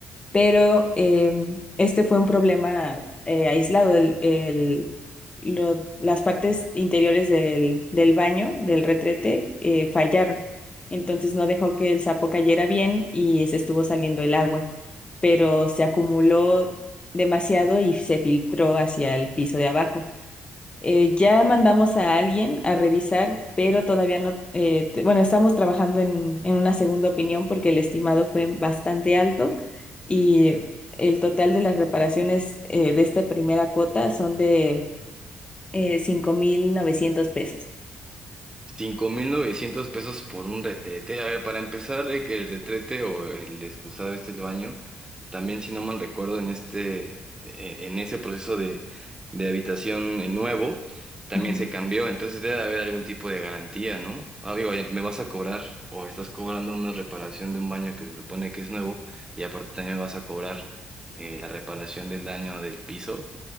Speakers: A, on the left; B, on the right.
A: pero em, este fue un problema eh, aislado. El, el- lo- las partes interiores del, del baño, del retrete, eh, fallaron. Entonces no dejó que el sapo cayera bien y se estuvo saliendo el agua, pero se acumuló demasiado y se filtró hacia el piso de abajo. Eh, ya mandamos a alguien a revisar, pero todavía no, eh, te- bueno, estamos trabajando en, en una segunda opinión porque el estimado fue bastante alto y el total de las reparaciones eh, de esta primera cuota son de eh, 5.900 pesos.
B: cinco mil novecientos pesos por un retrete. A ver, para empezar, eh, que el retrete o el excusado este el baño, también si no mal recuerdo, en este, eh, en ese proceso de, de habitación eh, nuevo, también
A: Ajá.
B: se cambió. Entonces debe de haber algún tipo de garantía, ¿no? Ah, digo, ya me vas a cobrar o me estás cobrando una reparación de un baño que se supone que es nuevo y aparte también me vas a cobrar eh, la reparación del daño del piso.